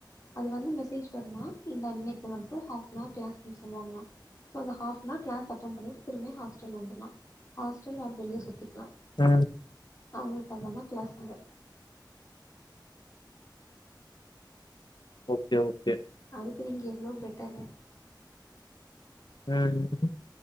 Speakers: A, on the left; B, on the left.
A: அது வந்து மெசேஜ் வருமா இந்த அன்னைக்கு மட்டு ஹாஃப்னார் க்ளாஸ்னு சொல்லுவாங்களா சோ அந்த ஆஃப்னார் க்ளாஸ் அட்டன் பண்ணிட்டு திரும்பியு ஹாஸ்டல் வந்துர்லா ஹாஸ்டல் ஆர் வெளிய சுத்திக்லா
B: அ
A: அவுங்களுக்கு அவ்ளதா க்ளாஸ் அங்க
B: ஓகே ஓகே
A: அதுக்கு இங்க எவ்ளோ பெட்டர்ங்க
B: ம்